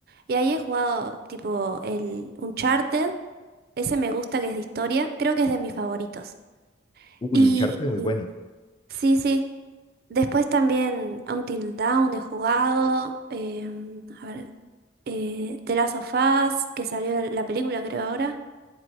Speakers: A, on the right; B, on the left.
A: Y ahí he jugado tipo el Uncharted. Ese me gusta que es de historia. Creo que es de mis favoritos.
B: Uy,
A: Y
B: Uncharted muy
A: y-
B: bueno.
A: sí, sí. Después también Until Dawn he jugado. em, a ver, eh, The Last of Us, que salió la película, creo, ahora.